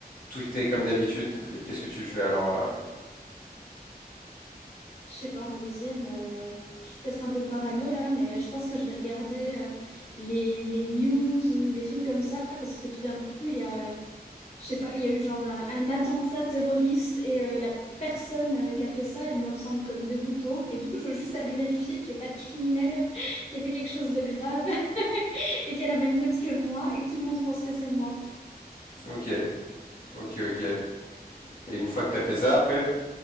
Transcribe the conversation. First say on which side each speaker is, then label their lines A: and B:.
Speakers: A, on the left; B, on the left.
A: tout est comme d'habitude. Qu'est-ce que tu fais alors euh,
B: Je sais pas, en deuxième, euh, je suis peut-être un peu parano là, mais euh, je pense que je vais regarder euh, les, les news ou les trucs comme ça, parce que tout d'un coup, il y a, euh, je sais pas, il y a eu genre un, un attentat terroriste et euh, la personne euh, qui a fait ça, elle me ressemble comme deux gouttes d'eau. Et du coup, je veux juste aller vérifier qu'il n'y ait pas de criminel <laughs> qui a fait quelque chose de grave <laughs> et qu'elle a la même tête que moi et que tout le monde pense que c'est moi.
A: Ok, Ok, ok. Et une fois que t'as fait ça, après,